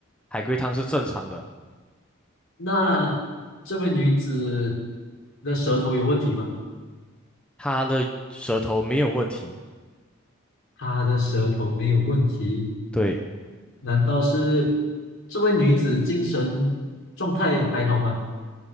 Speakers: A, in the centre; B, on the left.
A: 海龟汤是正常的。
B: 那这位女子的舌头有问题吗？
A: 他的舌头没有问题，
B: 她的舌头没有问题，
A: 对，
B: 难道是这位女子精神状态还好吗？